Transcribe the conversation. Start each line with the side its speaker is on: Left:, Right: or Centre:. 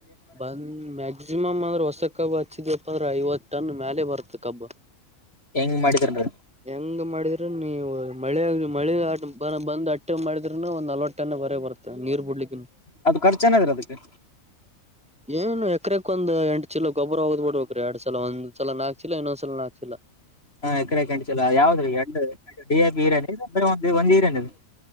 Centre: ಬಂದ್ ಮ್ಯಾಕ್ಸಿಮಮ್ ಅಂದ್ರೆ ಹೊಸ ಕಬ್ ಹಚ್ಚಿದಪ್ಪ ಅಂದ್ರೆ ಐವತ್ತು ಟನ್ ಮೇಲೆ ಬರುತ್ತ ಕಬ್ಬ
Left: ಹೆಂಗ ಮಾಡಿದಾರನ್ರಿ
Centre: ಹೆಂಗ್ ಮಾಡಿದ್ರ ನೀವು ಮಳೆ ಮಳೆ ಬಂದ್ ಅಟ್ಟೆ ಮಾಡಿದ್ರರುನು ಒ್ ನಲ್ವಟ್ಟನೇ ಬರ ಬರುತ್ತೆ ನೀರ್ ಬಿಡ್ಲಿಕ್ಕ
Left: ಅದು ಖರ್ಚು ಏನಾದ್ರ ಅದಕ್ಕೆ
Centre: ಏನು ಹೇಳ ಅಕ್ರೆ ಒಂದ ಎಂಟ ಚಲ ಗೊಬ್ರ ಹೋಗ್ ಬಿಡ್ಬೇಕಕ್ರೆ ಎರಡ್ ಸಲ ಒಂದ್ಲ ನಾಕ ಚಲ ಇನ್ನೊಂದ ಸಲ ನಾಲ್ಕ್ ಚಿ
Left: ಹಾ ಎಕರೆಕಂಟ ಚಲ ಯಾವ್ದ್ರೀ ಎ ಡಿ ಎ ಬಿ ಈರನ್ ಇ ಒ ಒಂದು ಹರನ್ ಅದು